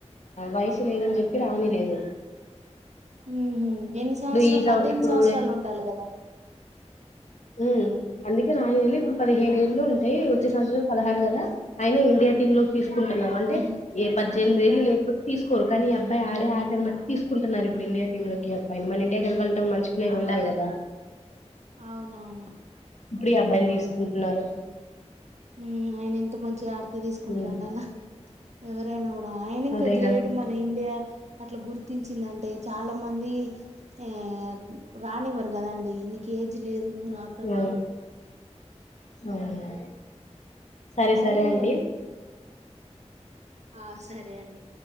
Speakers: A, on the left; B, on the right.
A: వయసు లేదని చెప్పి రానివ్వ లేదు
B: ఉ హమ్ ఎన్ని సంవత్సరాలు
A: ఈ సం
B: పద్దెనిమిది
A: ఇప్పుడు
B: సంవత్సరాలు ఉండలి కదా
A: హమ్ అందుకే రాయళ్లు ఇప్పుడు పదిహేనుేళ్ళు ఉంటాయి వచ్చే సంవత్సరం పదహారు కదా ఆయన ఇండియా టీమ్ లోకి తీసు తీసుకుంటున్నాం అంటే
B: ఉమ్,
A: ఏ పద్దెనిమిదిళ్లు లేకపోతే తీసుకోరు కానీ అబ్బాయి ఆడే ఆటని బట్టి తీసుకుంటున్నారు ఇప్పుడు ఇండియా టీమ్ లోకి మన ఇండియా గెలవాలి అంటే ఒక మంచి ప్లేయర్ కదా
B: అవునవును
A: ఇప్పుడు ఈ అబ్బాయిని తీసుకుంటున్నారు
B: హమ్ అయినెంత ంచి ఆ తీసుకుంటారం
A: ఉమ్
B: అలా ఎవరైనా ఆయన ఇంకా
A: అదేగా
B: గ్రేట్ మన ఇండియా అట్లా గుర్తించిందంటే చాలా మంది ఆ రానిి వర కదండి నీక ఏజ్ లేదు నువ్వు రాకనంట
A: ఉమ్, అవును సరే
B: కానీ
A: సరే అండి
B: ఆ సరే అండి